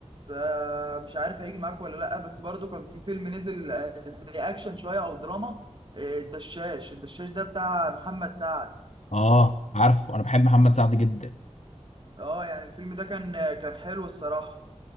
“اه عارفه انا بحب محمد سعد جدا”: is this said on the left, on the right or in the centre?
Left